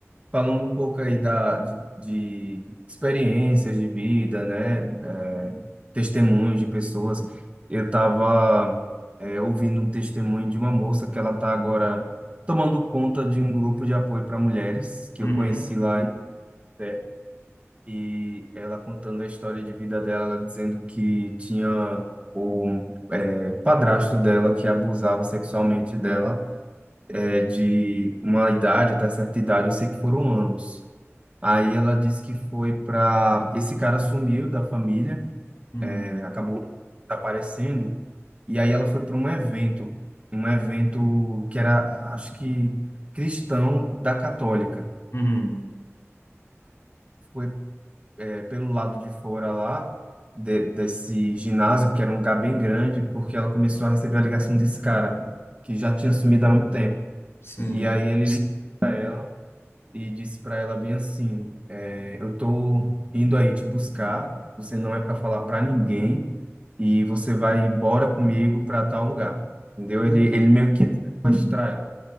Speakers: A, on the right; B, on the left.
A: falando um pouco aí da, de, de experiências de vida, né? É, testemunhos de pessoas. Eu tava, é, ouvindo um testemunho de uma moça que ela tá agora tomando conta de um grupo de apoio para mulheres que
B: Uhum,
A: eu conheci lá. é, E ela contando a história de vida dela, ela dizendo que tinha o é, padrasto dela que abusava sexualmente dela é, de uma idade até certa idade, eu sei que foram anos. Aí ela disse que foi para... Esse cara sumiu da família,
B: uhum,
A: é, acabou desaparecendo, e aí ela foi para um evento, um evento que era, acho que, cristão da católica.
B: uhum.
A: Foi é, pelo lado de fora lá de- desse ginásio, que era um lugar bem grande, porque ela começou a receber a ligação desse cara, que já tinha sumido há muito tempo.
B: Sim.
A: E aí ele ligou ela e disse para ela bem assim, é, eu tô indo aí te buscar, você não é para falar para ninguém e você vai embora comigo para tal lugar. Entendeu?
B: Meu
A: Ele,
B: Deus.
A: ele meio que ia sequestrar ela.